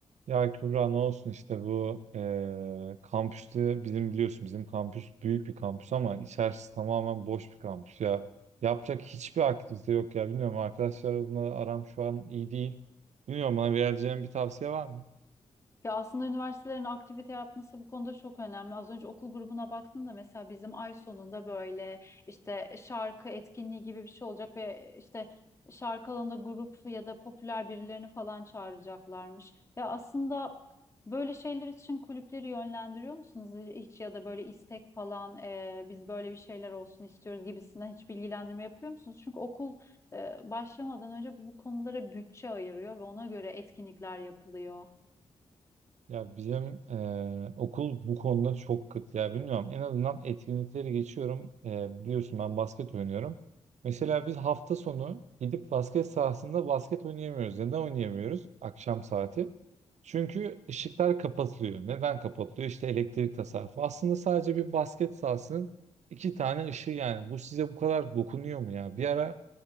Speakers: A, on the right (about 70°); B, on the left (about 25°).
A: Ya Kübra ne olsun işte bu eee kampüste bizim biliyorsun bizim kampüs büyük bir kampüs ama içerisi tamamen boş bir kampüs ya. Yapacak hiçbir aktivite yok ya bilmiyorum arkadaşlar adına aram şu an iyi değil. Bilmiyorum bana vereceğin bir tavsiye var mı?
B: Ya aslında üniversitelerin aktivite yapması bu konuda çok önemli. Az önce okul grubuna baktım da mesela bizim ay sonunda böyle işte şarkı etkinliği gibi bir şey olacak ve işte şarkı alanında grup ya da popüler birilerini falan çağıracaklarmış. Ya aslında böyle şeyler için kulüpleri yönlendiriyor musunuz hiç ya da böyle istek falan e, biz böyle bir şeyler olsun istiyoruz gibisinden hiç bilgilendirme yapıyor musunuz? Çünkü okul e, başlamadan önce bu konulara bütçe ayırıyor ve ona göre etkinlikler yapılıyor.
A: Ya bizim eee, okul bu konuda çok kıt ya bilmiyorum. En azından etkinlikleri geçiyorum. Eee, biliyorsun ben basket oynuyorum. Mesela biz hafta sonu gidip basket sahasında basket oynayamıyoruz. Neden oynayamıyoruz? Akşam saati. Çünkü ışıklar kapatılıyor. Neden kapatılıyor? İşte elektrik tasarrufu. Aslında sadece bir basket sahasının iki tane ışığı yani. Bu size bu kadar dokunuyor mu ya? Bir ara